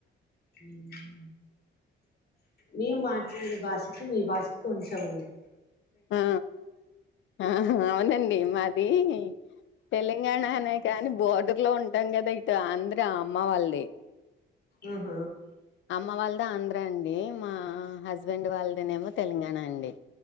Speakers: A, on the left (about 50°); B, on the left (about 70°).
A: ఉమ్ నే మాట్లాడే భాష కి మీ భాషకి కొంచం
B: ఆ ఆ అవునండి మా ది తెలంగాణనే కానీ బోర్డర్ లో ఉంటాం కదా ఇటు ఆంధ్ర అమ్మ వాళ్ళది
A: ఆహ
B: అమ్మ వాళ్ళది ఆంధ్ర అండి మా హస్బెండ్ వాళ్ళదేమో తెలంగాణ అండి